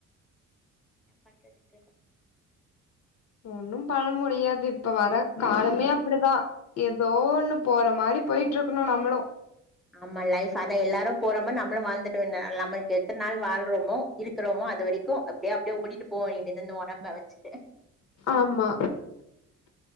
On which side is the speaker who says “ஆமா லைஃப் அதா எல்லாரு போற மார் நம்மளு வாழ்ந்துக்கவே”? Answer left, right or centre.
Centre